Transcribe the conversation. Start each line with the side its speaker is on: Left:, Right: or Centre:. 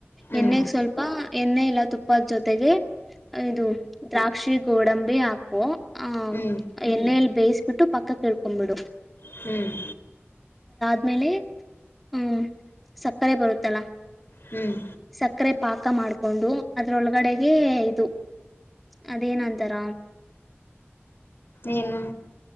Left: ಹ್ಞೂ
Centre: ಎಣ್ಣೆಗ ಸ್ವಲ್ಪ ಎಣ್ಣೆ ಇಲ್ಲ ತುಪ್ಪದ ಜೊತೆ ತೆ <unintelligible> ಇದು ದ್ರಾಕ್ಷಿ ಗೋಡಂಬಿ ಹಾಕೊ ಹ
Left: ಹ್ಞೂ
Centre: ಎಣ್ಣೆಯಲ್ಲಿ ಬೇಯಿಸ ಬಿಟ್ಟು ಪಕ್ಕ ಕೇಳ್ಕೊಬ ಬಿಡು
Left: ಹ್ಮ್
Centre: ಆ ಮೇಲೆ ಹ್ಮ್ ಸಕ್ಕರೆ ಬರುತ್ತಲ್ಲ
Left: ಹ್ಮ್
Centre: ಸಕ್ಕರೆ ಪಾಕ ಮಾಡ್ಕೊಂಡು ಅದ್ರೊಳಗಡೆಗೆ ಇದು ಅದೇನಂತಾರ
Left: ಏನು